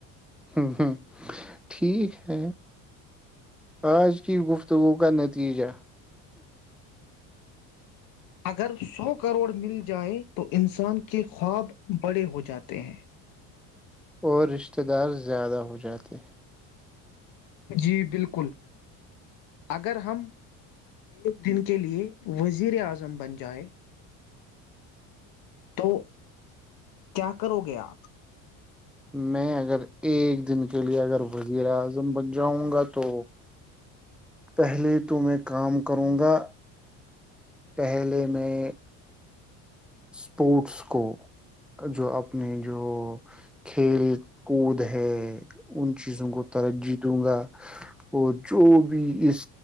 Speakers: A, in the centre; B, on the left.
A: ہ ہ ٹھیک ہے آج کی گفتگو کا نتیجہ
B: اگر سو کروڑ مل جائ تو انسان کے خواب بڑے ہو جاتے ہیں
A: اور رشتہ دار زیادہ ہو جاتے
B: جی بالکل اگر ہم ایک دن کے لیے وزیر اعظم بن جائیں تو کیا کرو گے آپ
A: میں اگر ایک دن کے لیے اگر وزیر اعظم بن جاؤں گا تو پہلے تو میں کام کروں گا پہلے میں اسپورٹس کو جو اپنے جو کھیل کود ہے ان چیزوں کو ترجیح دوں گا اور جو بھی اس